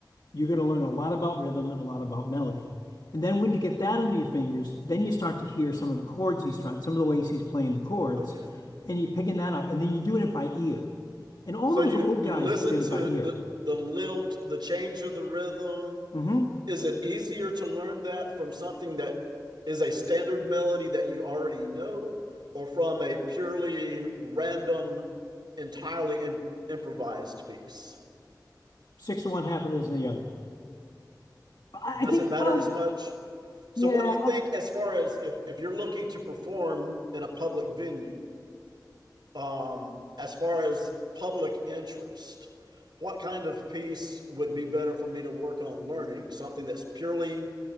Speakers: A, on the left; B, on the right.
A: you're going to learn a lot about rhythm and a lot about melody. And then when you get that under your fingers, then you start to hear some of the chords he's trying, some of the ways he's playing the chords,
B: Okay.
A: and you're picking that up. And then you're doing it by ear. And all
B: So
A: those
B: you
A: old
B: you
A: guys
B: listen
A: did it by
B: to
A: ear.
B: the the lilt, the change of the rhythm,
A: Mm-hmm.
B: Is it easier to learn that from something that is a standard melody that you already know, or from a purely random, entirely im- improvised piece?
A: Six of one, half a dozen of the other. I
B: Doesn't
A: think,
B: matter
A: well,
B: as much. So,
A: yeah.
B: what do you think
A: Okay.
B: as far as if, if you're looking to perform in a public venue, um, as far as public interest? What kind of piece would be better for me to work on learning? Something that's purely